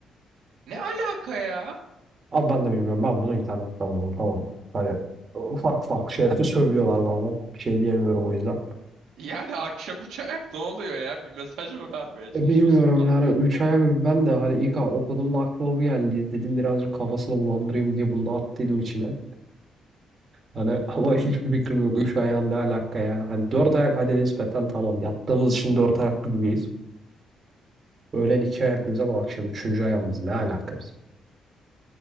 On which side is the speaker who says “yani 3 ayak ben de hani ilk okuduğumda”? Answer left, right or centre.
Right